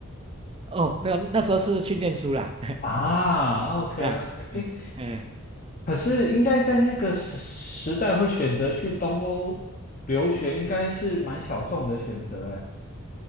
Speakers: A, on the right; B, on the left.
A: 哦，没有，那时候是去念书啦，
B: 啊，OK
A: <laughs> 啊，
B: OK，
A: 嗯嗯。
B: 诶，
A: 哎
B: 可是应该在那个时时代会选择去东欧留学，应该是蛮小众的选择，诶，